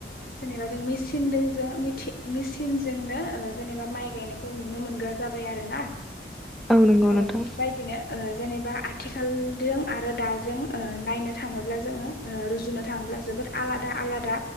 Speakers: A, on the left; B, in the centre.
A: जेनेबा जों मिचिनदोंजों मिथि मिचिनजोंनो ओ जेनेबा माइ गायनायखौ नुनो मोन ग्रा जाबाय आरोना
B: नंगौ नोंथां नंगौ
A: औ
B: नोंथां
A: फ्राय बेनो ओ जेनेबा आथि खालजों आरो दाजों ओ नायनो थाङोब्ला जोङो ओ रुजुनो थाङोब्ला जोबोद आलादा आलादा